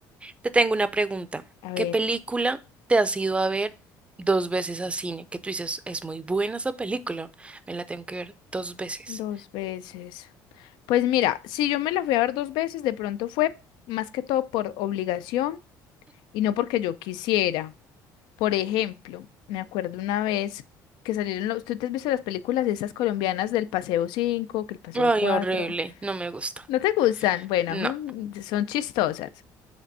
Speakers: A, on the right; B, on the left.
A: Te tengo una pregunta.
B: A ver,
A: ¿Qué película te has ido a ver dos veces a cine? Que tú dices, es muy buena esa película. Me la tengo que ver dos veces.
B: dos veces. Pues mira, si yo me la fui a ver dos veces, de pronto fue más que todo por obligación y no porque yo quisiera. Por ejemplo, me acuerdo una vez que salieron los... ¿Tú te has visto las películas de esas colombianas del Paseo cinco, que el Paseo
A: Ay,
B: cuatro?
A: horrible. No me gusta.
B: ¿No te gustan? Bueno,
A: No.
B: a mí mm, son chistosas.